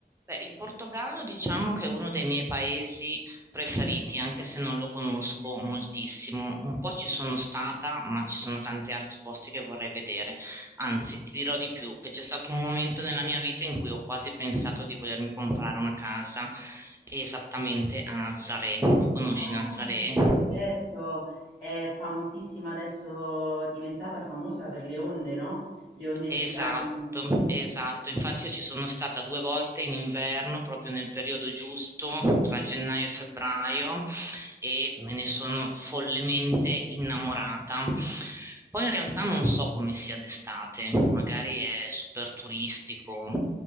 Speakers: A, on the right; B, on the left.
A: Beh, il Portogallo diciamo che è uno dei miei paesi preferiti, anche se non lo conosco moltissimo. Un po' ci sono stata, ma ci sono tanti altri posti che vorrei vedere. Anzi, ti dirò di più, che c'è stato un momento nella mia vita in cui ho quasi pensato di volermi comprare una casa esattamente a Nazaré. Tu conosci
B: Ah,
A: Nazaré?
B: certo, è famosissima adesso, è diventata famosa per le onde, no? Le onde
A: Esatto,
B: giganti.
A: esatto. Infatti io ci sono stata due volte in inverno, proprio nel periodo giusto, tra gennaio e febbraio, e me ne sono follemente innamorata. Poi in realtà non so come sia d'estate, magari è super turistico.